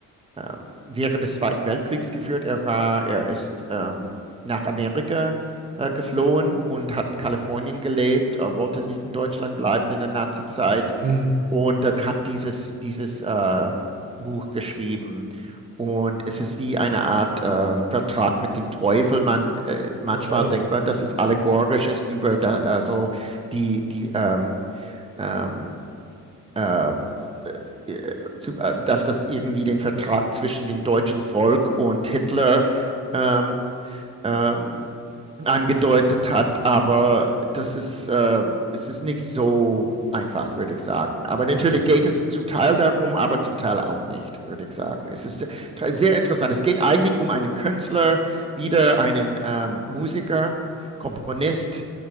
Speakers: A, on the right (about 20°); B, on the right (about 60°).
A: ähm, während des Zweiten Weltkriegs geführt. Er war, er ist ähm, nach Amerika äh, geflohen und hat in Kalifornien gelebt, äh, wollte nicht in Deutschland bleiben in der Nazi-Zeit
B: Mhm.
A: und dann hat dieses, dieses äh, Buch geschrieben. Und es ist wie eine Art äh, Vertrag mit dem Teufel. Man, äh, manchmal
B: Okay.
A: denkt man, dass es allegorisch ist über da, also die, die ähm, ähm, ähm, äh, äh, zu, äh, dass das irgendwie den Vertrag zwischen dem deutschen Volk und Hitler ähm, ähm, angedeutet hat, aber
B: Oh.
A: das ist, äh, es ist nicht so einfach, würde ich sagen. Aber natürlich
B: Mhm.
A: geht es zum Teil darum, aber zum Teil auch nicht, würde ich sagen. Es ist sehr, sehr interessant. Es geht eigentlich um einen Künstler, wieder einen ähm, Musiker, Komponist,
B: Mhm.